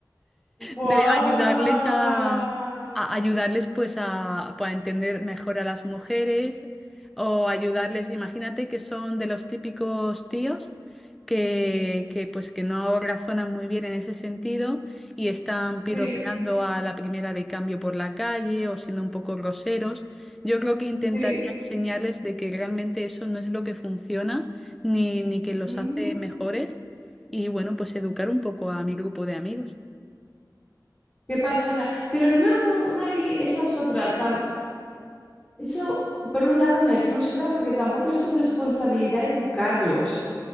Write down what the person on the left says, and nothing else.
Fua.
Sí,
sí.
Mm.
Qué pasada. Pero luego, Mari, esa es otra. tam- eso, por un lado, me frustra porque tampoco es tu responsabilidad educarlos.